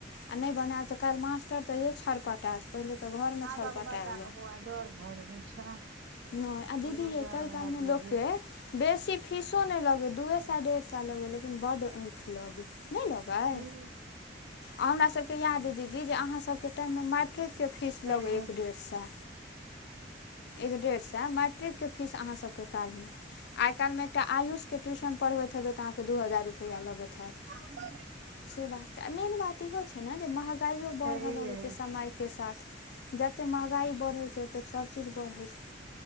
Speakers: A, on the left; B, on the right.
A: आ नै बनायब तऽ काल्हि मास्टर तऽ <unintelligible> छड़ पटायत पहिले तऽ घरमे
B: आबक
A: छरपटायल।
B: बच्चा के बौआ डर भर होइ छै
A: नय आ
B: कोनो
A: दीदी यै
B: डर
A: तै
B: भर
A: कालमे
B: नहि
A: लोककेँ बेसी फीसो नै लगै, दुइए सौ डेढ़ सौ लगै लेकिन बड आँखि लगै। नै लगै,
B: होइ
A: आ हमरा सबके याद अइ दीदी जे अहाँ सबके टाइममे मेट्रीक के फीस
B: छै
A: लगै
B: हूँ
A: एक
B: छैहे,
A: डेढ़ सए। एक डेढ़ सए मैट्रिकके फीस अहाँसभके कालमे। आइकाइल एकटा आयुषके ट्यूशन पढ़बैत हेबै, तऽ अहाँके दू हजार रुपैया लगैत हयैत।
B: हँ।
A: से बात छै, आ मेन बात इहो छै, ने जे महँगाइओ
B: छैहे
A: बढ़य लगैत छै, समयके साथ। जतेक मंहगाई बढ़ैत छै, ओतेक सभचीज बढ़ैत छै।